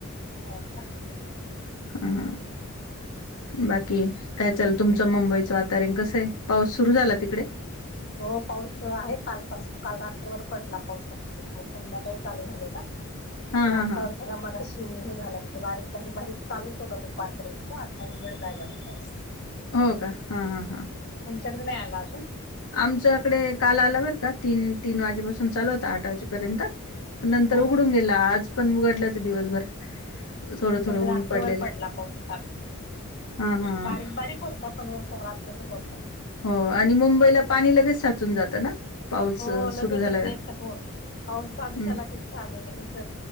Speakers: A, on the left (about 50°); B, on the left (about 85°).
A: हो का?
B: हां. बाकी काय चाललं? तुमचं मुंबईच वातावरण कसं आहे? पाऊस सुरू झाला तिकडे.
A: हो, पाऊस आहे काल पासून. काल रात्रभर पडला पाऊस आमच्याकडे काल संध्याकाळी चालू झालेला.
B: हा
A: ते
B: हा
A: आता
B: हा
A: जरा मगाशी हे झालं. म्हणजे बारीक बारीक बारीक चालूच होता दुपारपर्यंत आता उघडलाय जरा पाऊस
B: हो का हा हा हा.
A: चंद्र नाही आला अजून
B: आमच्याकडे काल आला बर का तीन तीन वाजेपासून चालू होता आठ वाजे पर्यंत नंतर
A: हा
B: उघडून
A: का
B: गेला. आज पण उघडलाच दिवसभर. थोडं
A: आमच्याकडे
B: थोडं
A: रात्रभर
B: ऊन पडलेलं
A: पडला पाऊस काल.
B: हा हा
A: बारीक बारीक होता पण होता, रात्रभर होता.
B: हो आणि मुंबईला पाणी लगेच साचून जातं ना? पाऊस
A: हो
B: अ,
A: लगेचच
B: सुरू झाला का
A: इतका थोड पाऊस चालू
B: हम्म
A: झाला की झाले लगेच